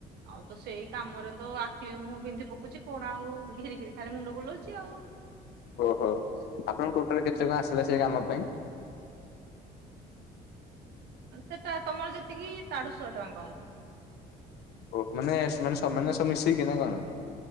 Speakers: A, on the right; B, on the left.
A: ଆଉ ତ ସେଇ କାମରେ ତ ଆଖି ମୁହଁ ବିନ୍ଧି ପକଉଛି କଣ ଆଉ ଘିରି ଘିରି ଖାଇଲେ ମୁଣ୍ଡ ବୁଲାଉଛି ଆଉ
B: ଓହୋ ଆପଣଙ୍କୁ ଟୋଟାଲ କେତେ କଣ ଆସିଲା ସେ କାମ ପାଇଁ?
A: ସେଟା ତମର ଯେତିକି, ତାଠୁ ଶହେ ଟଙ୍କା କମ।
B: ଓହ ମାନେ, ମାନେ ସମାନ ସବୁ ମିଶେଇକି ନା କଣ?